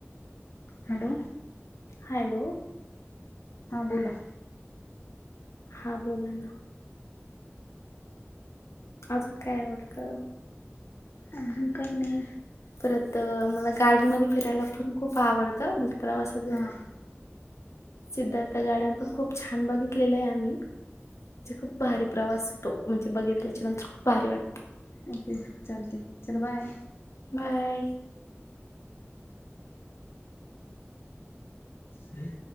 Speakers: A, on the left (about 55°); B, on the left (about 85°).
A: हॅलो
B: हॅलो
A: हां बोला
B: हा बोला ना अजून काय आवडतं
A: आनिक नाही
B: परत मला गार्डन मध्ये फिरायला पण खूप आवडतं म्हणजे प्रवासा वगे
A: हां
B: रे सिद्धार्थ गाडन पण खूप छान बघितलेलं आहे आम्ही खूप भारी प्रवास होतो म्हणजे बघितल्याच्या नंतर खूप भारी वाटत
A: ओके चालते चल बाय
B: काय
A: हम्म